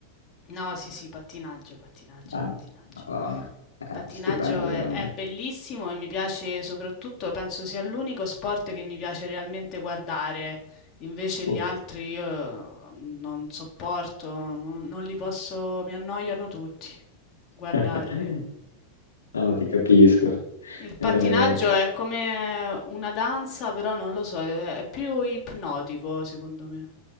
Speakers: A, on the left; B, on the left.
A: no, sì, sì, pattinaggio, pattinaggio,
B: Ah,
A: pattinaggio.
B: Madonna, è
A: Pattinaggio
B: stupendo
A: è,
B: veramente.
A: è bellissimo e mi piace soprattutto, penso sia l'unico sport che mi piace realmente guardare. Invece gli
B: Uh.
A: altri io non sopporto, non, non li posso, mi annoiano tutti guardarli.
B: <laughs> No, ti capisco,
A: Il
B: veramente.
A: pattinaggio è come una danza, però non lo so, è è più ipnotico secondo me.